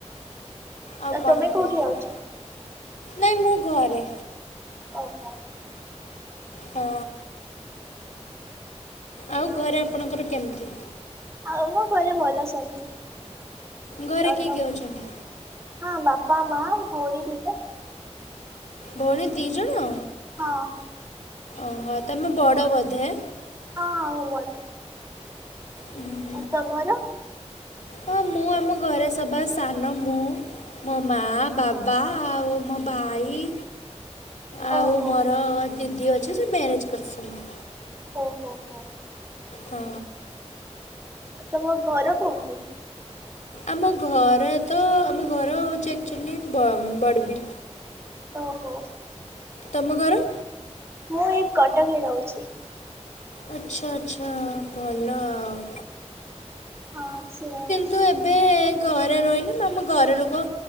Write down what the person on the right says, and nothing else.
ତମେ
କୋଉଠି ରହୁଛ?
ଓହୋ।
ଆଉ ମୋ ଘରେ ଭଲ ସବୁ ତ
ତମ
ହଁ ବାପା ମା ଭଉଣୀ ଦିଟା।
ହଁ।
ହଁ ହଁ ମୁଁ ବଡ।
ଆଉ ତମର?
ଓହୋ
ଓହୋ ହୋ ହୋ।
ତମ ଘର କୋଉଠି?
ଓହୋ
ମୁଁ ଏଇ କଟକ ରେ ରହୁଛି।
ହଁ ସେଆଉ।